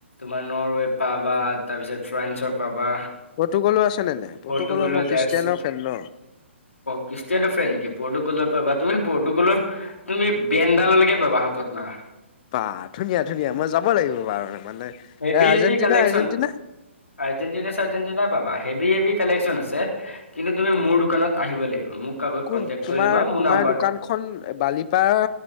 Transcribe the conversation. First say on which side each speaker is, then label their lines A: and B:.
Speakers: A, on the left; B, on the left.
A: মন'ৰ ৱে পাবা তাৰপিছত ফ্ৰাঞ্চৰ পাবা
B: পৰ্তুগলো আছে নে নাই?
A: পৰ্তুগলৰ
B: মই খ্ৰীষ্টিয়ানৰ
A: জাৰ্চি
B: ফেন ন।
A: খ্ৰিষ্টিয়ান ফ্ৰেণ্ড নেকি পৰ্টোগলৰ পাবা তুমি পৰ্টুগলৰ তুমি ব্ৰেণ্ডডালৰ লৈকে পাবা হাতত মাৰা
B: বা ধুনীয়া ধুনীয়া মই যাব লাগিব বাৰু মানে
A: heavy
B: এ
A: heavy
B: Argentina
A: collection
B: Argentina
A: Argentina চাৰজেণ্টিনা পাবা আহ হেভি হেভি কালেকশ্যন আছে কিন্তু তুমি
B: বা
A: মোৰ দোকানত আহিব লাগিব মোক আগত
B: কোন
A: কন্টেকট
B: তোমাৰ
A: কৰি ল'বা মোৰ
B: তোমাৰ
A: নাম্বাৰ
B: দোকানখন বালিপাৰা